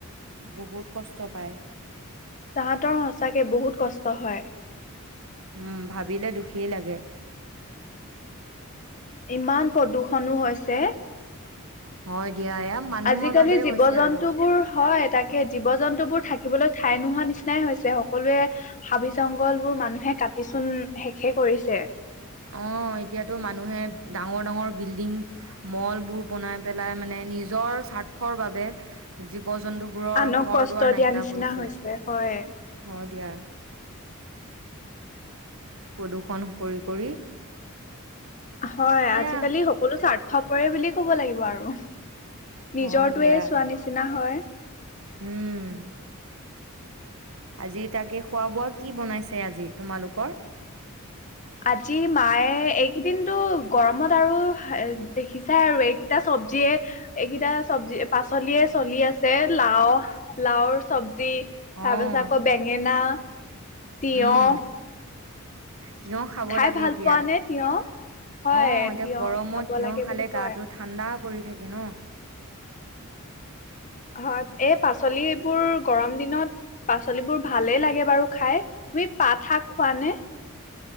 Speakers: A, on the right; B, on the left.
A: বহুত কষ্ট পায়।
B: তাহাঁতৰ সঁচাকৈ বহুত কষ্ট হয়।
A: উম, ভাবিলে দুখেই লাগে।
B: ইমান প্ৰদূৰ্ষণো হৈছে!
A: হয়। দিয়া এয়া মানুহৰ
B: আজিকালি
A: বাবেই
B: জীৱ
A: হৈছে
B: জন্তু
A: আৰু
B: বোৰ? হয়, তাকে জীৱ জন্তু বোৰ থাকিবলৈ ঠাই নোহোৱা নিচিনাই হৈছে, সকলোৱে হাবি জংঘল বোৰ মানুহে কাটিচোন শেষেই কৰিছে।
A: অঁ এতিয়াতো মানুহে ডাঙৰ ডাঙৰ বিল্ডিং, মল বোৰ বনাই পেলাই মানে নিজৰ স্বাৰ্থৰ বাবে যি জীৱ জন্তুবোৰৰ
B: আনক
A: ঘৰ
B: কষ্ট
A: দুৱাৰ
B: দিয়া
A: নাইকিয়া
B: নিচিনা
A: কৰিছে,
B: হৈছে হয়।
A: হয় দিয়া। প্ৰদূৰ্ষণ কৰি কৰি
B: হয়,
A: সেয়া
B: আজিকালি সকলো স্বাৰ্থ কৰে বুলিয়ে ক'ব লাগিব আৰু নিজৰটোৱে
A: হয় দিয়া
B: চোৱা নিচিনা হয়।
A: উম, আজি তাকে খোৱা বোৱা কি বনাইছে আজি তোমালোকৰ?
B: আজি মায়ে, এইকেইদিনতো গৰমত আৰু দেখিছাই আৰু এইকেইটা চবজিয়ে এইকেইটা চবজি পাচলিয়ে চলি আছে লাওৰ লাওৰ চব তাৰ
A: অঁ
B: পিছত আকৌ বেঙেনা, তিয়হ,
A: উম তিয়হ খাব
B: খাই
A: লাগে
B: ভাল
A: এতিয়া,
B: পোৱা নে তিয়হ? হয়
A: অ'এতিয়া
B: তিয়হ
A: গৰমত
B: খাব
A: তিয়হ
B: লাগে
A: খালে
B: বুলি
A: গাটো
B: কয়
A: ঠাণ্ডা পৰি থাকে ন
B: হয়। এই পাচলি এইবোৰ গৰম দিনত, পাচলিবোৰ ভালেই লাগে বাৰু খাই তুমি পাত শাক খোৱাানে?